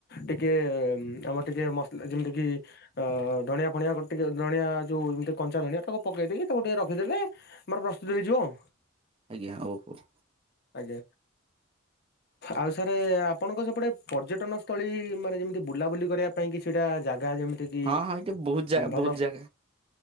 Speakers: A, on the left; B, on the right.
A: ଟିକେ ଅମ୍ ଆମର ଟିକେ ମସଲା ଯେମିତିକି ଅ ଧଣିଆ ଫଣିଆ <unintelligible> ଟିକେ ଧଣିଆ ଯୋଉ ଏମିତି କଞ୍ଚା ଧଣିଆ ତାକୁ ପକେଇ ଦେଇକି ତାକୁ ଟିକେ ରଖିଦେଲେ ଆମର ପ୍ରସ୍ତୁତ ହେଇଯିବ ଆଉ।
B: ଆଜ୍ଞା ଓହୋ।
A: ଆଜ୍ଞା ଆଉ ସାରେ ଆପ୍ ଆପଣଙ୍କ ସେପଟ ପର୍ଯ୍ୟଟନସ୍ଥଳୀ ମାନେ ଯେମିତି ବୁଲାବୁଲି କରିବା ମୋ ପାଇଁ କିଛିଟା ଜାଗା ଯେମିତି କି
B: ହଁ ହଁ ଏଇଠି ବହୁତ ଜାଗା
A: ଭଲ
B: ବହୁତ ଜାଗା